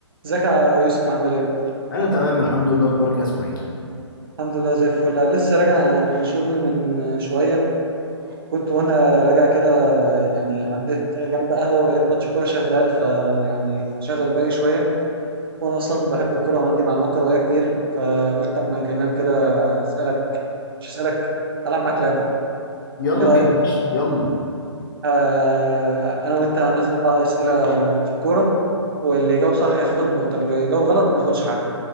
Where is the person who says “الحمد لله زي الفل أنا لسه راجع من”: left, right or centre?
Right